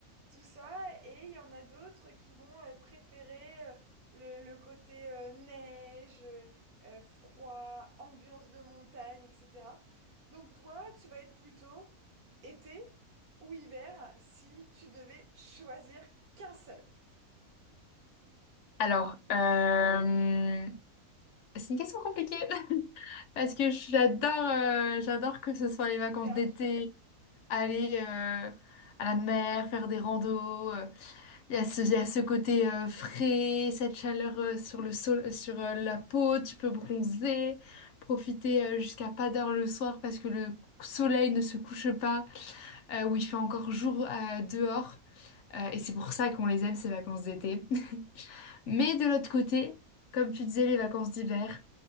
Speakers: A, on the right; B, on the left.
A: tout ça. Et il y en a d'autres qui vont euh, préférer euh, le, le côté euh, neige, euh, euh, froid, ambiance de montagne, etc. Donc toi, tu vas être plutôt été ou hiver si tu devais choisir qu'un seul.
B: Alors, euh, c'est une question compliquée <laughs> parce que j'adore euh, j'adore que ce
A: C'est
B: soit les vacances
A: super
B: d'été,
A: dur.
B: aller euh, à la mer, faire des randos. euh. Il y a ce, il y a ce côté euh, frais, cette chaleur euh, sur le sol, euh, sur euh, la peau, tu peux bronzer, profiter euh, jusqu'à pas d'heure le soir parce que le soleil ne se couche pas, euh, où il fait encore jour euh, dehors. Euh, et c'est pour ça qu'on les aime, ces vacances d'été. Mais de l'autre côté, comme tu disais, les vacances d'hiver,